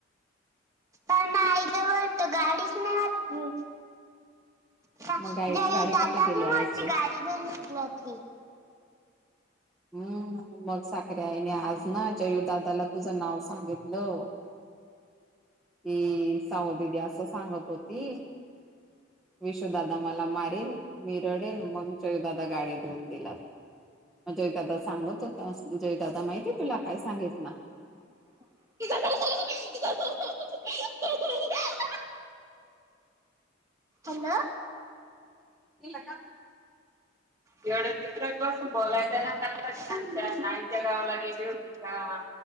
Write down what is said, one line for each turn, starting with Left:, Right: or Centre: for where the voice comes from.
Right: पण ना आईजवळ तर गाडीच नाही आपली. हं
Centre: मग गा
Right: जायू
Centre: गाडे
Right: दादानी
Centre: कुठे गेले आईचे
Right: मोठी गाडी घेऊन घेतली होती.
Centre: हम्. मग साखर आईने आज ना, जयूदादाला तुझं नाव सांगितलं. की साऊदीदी असं सांगत होती. विशूदादा मला मारील मी रडेल, मग जयू दादा मला गाडी घेऊन देईल. जयू दादा सांगत होता, जयो दादा तुला माहित आहे. काय सांगितला.
Right: <unintelligible> हॅलो,
Centre: तिला का
Right: येवढं तिकडच बसून बोलायचना
Centre: बोलायचं
Right: चांगत <unintelligible> गावाला गेली होती का.